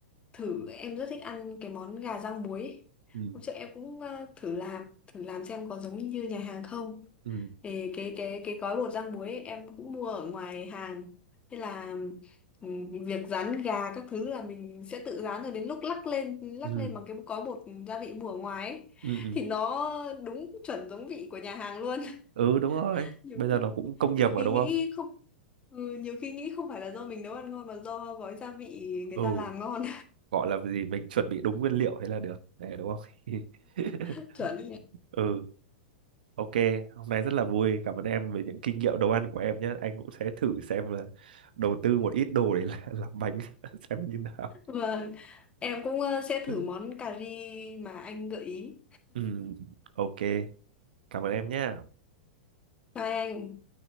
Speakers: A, on the left; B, on the right.
A: thử em rất thích ăn cái món gà rang muối ấy.
B: ừ
A: hôm trước em cũng ờ, thử làm thử làm xem có giống như nhà hàng không
B: ừ
A: thì cái cái cái gói bột rang muối ấy, em cũng mua ở ngoài hàng thế là ừm, việc rán gà các thứ là mình sẽ tự rán rồi đến lúc lắc lên lắc
B: ừ
A: lên bằng cái gói bột gia vị mua ở ngoài ấy.
B: ừ ừ
A: thì nó đúng chuẩn giống vị của nhà hàng luôn
B: ừ đúng rồi
A: <laughs> nhiều
B: bây giờ
A: khi
B: nó cũng công nghiệp
A: nhiều
B: mà
A: khi
B: đúng
A: nghĩ
B: không
A: không ừ, nhiều khi nghĩ không phải là do mình nấu ăn ngon mà do gói gia vị người
B: ừ
A: ta làm ngon
B: gọi là gì mình chuẩn bị đúng nguyên liệu thế là được để đúng không <laughs>
A: <laughs> chuẩn
B: ừ ok hôm nay rất là vui cảm ơn em về những kinh nghiệm nấu ăn của em nhé anh cũng sẽ thử xem là đầu tư một ít đồ để <laughs> làm, làm bánh <laughs> xem như nào
A: Vâng, em cũng ờ, sẽ thử
B: <laughs>
A: món cà ri mà anh gợi ý.
B: ừ ok cảm ơn em nhé
A: Bye anh.